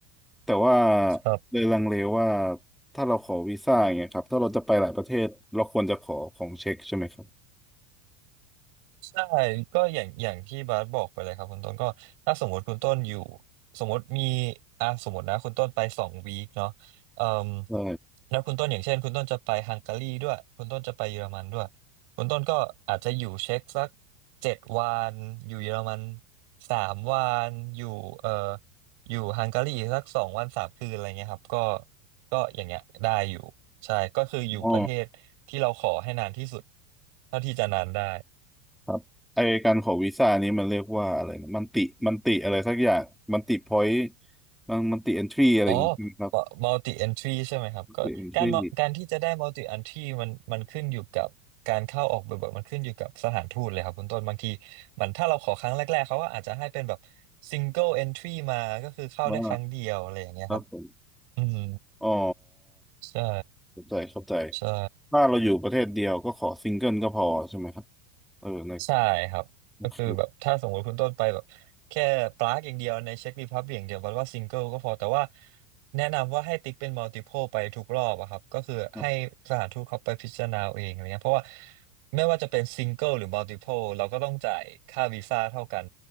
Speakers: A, in the centre; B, on the right.
A: แต่ว่า
B: ครับ
A: เลยลังเลว่าถ้าเราขอวีซ่าอย่างเงี้ยครับถ้าเราจะไปหลายประเทศเราควรจะขอของเช็คใช่ไหมครับ
B: ใช่ก็อย่างอย่างที่บาสบอกไปเลยครับคุณต้นก็ถ้าสมมติคุณต้นอยู่สมมติมีอ่ะสมมตินะคุณต้นไปสองวีคเนาะเอ่ม
A: ใช่
B: แล้วคุณต้นอย่างเช่นคุณต้นจะไปฮังการีด้วยคุณต้นจะไปเยอรมันด้วยคุณต้นก็อาจจะอยู่เช็กสักเจ็ดวันอยู่เยอรมันสามวันอยู่เอ่ออยู่ฮังการีอีกสักสองวันสามคืนอะไรเงี้ยครับก็ก็อย่างเงี้ยได้อยู่ใช่ก็คืออยู่ประเทศที่เราขอให้นานที่สุด
A: อ๋อ
B: เท่าที่จะนานได้
A: ครับไอการขอวีซ่านี้มันเรียกว่าอะไรนะมันติมันติอะไรสักอย่างมันติพอยต์มันมันติเอนทรีอะไรอย่างเงี้ยครับ
B: อ๋อ multi entry ใช่ไหมครับก็การการที่จะได้
A: เป็นที่
B: multi entry มันมันขึ้นอยู่กับการเข้าออกบ่อยๆมันขึ้นอยู่กับสถานทูตเลยครับคุณต้นบางทีมันถ้าเราขอครั้งแรกๆเขาก็อาจจะให้เป็นแบบ single entry มาก็คือเข้าได้ครั้งเดียวอะไรอย่างเงี้ยครับ
A: บ่าครับผม
B: อืม
A: อ๋อ
B: ใช่
A: เข้าใจเข้าใจ
B: ใช่
A: ถ้าเราอยู่ประเทศเดียวก็ขอซิงเกิลก็พอใช่ไหมครับเออใน
B: ใช่ครับก็คือแบบถ้าสมมติคุณต้นไปแบบแค่ปลากอย่างเดียวในเช็ครีพับ
A: ในคื
B: l ิกอย่างเดียวมันว่าซิงเกิลก็พอแต่ว่าแนะนำว่าให้ติ๊กเป็นมัลติ p l e ไปทุกรอบอะครับก็คือให้สถานทูตเขาไปพิจารณาเอาเองอะไรเงี้ยเพราะว่า
A: ครับ
B: ไม่ว่าจะเป็นซิงเกิลหรือมัลติ p l e เราก็ต้องจ่ายค่าวีซ่าเท่ากัน